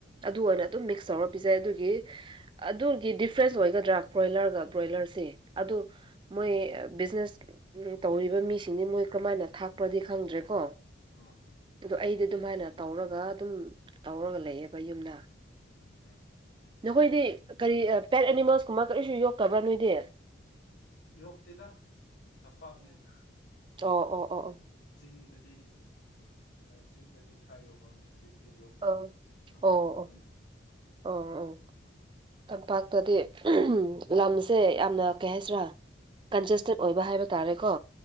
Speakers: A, on the right; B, on the left.
A: ꯑꯗꯨ ꯑꯣꯏꯅ ꯑꯗꯨꯝ ꯃꯤꯛꯁ ꯇꯧꯔ ꯄꯤꯖꯩ ꯑꯗꯨꯒꯤ ꯑꯗꯨꯒꯤ ꯗꯤꯐ꯭ꯔꯦꯟꯁ ꯑꯣꯏꯒꯗ꯭ꯔꯥ ꯕ꯭ꯔꯣꯏꯂꯔꯒ ꯕ꯭ꯔꯣꯏꯂꯔꯁꯤ ꯑꯗꯨ ꯃꯣꯏ ꯕꯤꯖꯤꯅꯦꯁ ꯇꯧꯔꯤꯕ ꯃꯤꯁꯤꯡꯗꯤ ꯃꯣꯏ ꯀꯅꯥꯏꯅ ꯊꯥꯛꯄ꯭ꯔꯗꯤ ꯈꯪꯗ꯭ꯔꯦ ꯀꯣ
B: ꯑꯥ
A: ꯑꯗꯣ ꯑꯩꯗꯤ ꯑꯗꯨꯝꯍꯥꯏꯅ ꯇꯧꯔꯒ ꯑꯗꯨꯝ ꯇꯧꯔꯒ ꯂꯩꯌꯦꯕ ꯌꯨꯝꯗ
B: ꯑꯝ ꯇꯥꯢ
A: ꯅꯈꯣꯏꯗꯤ ꯀꯔꯤ ꯄꯦꯠ ꯑꯦꯅꯤꯃꯦꯜꯁ ꯀꯨꯝꯕ ꯀꯔꯤꯁꯨ ꯌꯣꯛꯇꯕ꯭ꯔꯥ ꯅꯣꯏꯗꯤ
B: ꯌꯣꯛꯇꯦꯗ ꯇꯝꯄꯥꯛꯅꯤꯗ
A: ꯑꯣ ꯑꯣ ꯑꯣ ꯑꯣ
B: ꯆꯤꯡꯗꯗꯤ ꯆꯤꯡꯗꯗꯤ ꯈꯔ ꯌꯣꯛꯑꯝꯃꯦ ꯍꯧꯖꯤꯛ ꯇꯤ ꯌꯣꯛꯇ꯭ꯔꯦ
A: ꯑꯣ
B: ꯇꯝꯄꯥꯛꯇ
A: ꯑꯣ ꯑꯣ
B: ꯑꯗꯨꯝ ꯂꯩꯈ꯭ꯔꯦ
A: ꯑꯣ ꯑꯣ ꯇꯝꯄꯥꯛꯇꯗꯤ ꯂꯝꯁꯦ ꯌꯥꯝꯅ ꯀꯩ ꯍꯥꯏꯁꯤꯔꯥ ꯀꯟꯖꯦꯁꯇꯦꯠ ꯑꯣꯏꯕ ꯍꯥꯏꯕ ꯇꯥꯔꯦꯀꯣ